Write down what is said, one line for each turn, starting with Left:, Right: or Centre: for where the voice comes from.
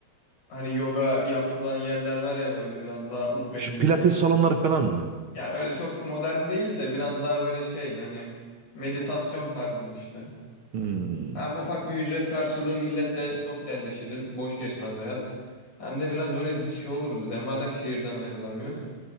Left: Hani yoga yapılan yerler var ya böyle biraz daha uhrevi.
Right: Şu pilates salonları falan mı?
Left: Ya öyle çok modern değil de biraz daha böyle şey hani meditasyon tarzı işte.
Right: Hmm.
Left: Hem ufak bir ücret karşılığı milletle sosyalleşiriz. Boş geçmez hayat. Hem de biraz böyle şey oluruz ya. Madem şehirden ayrılamıyoruz.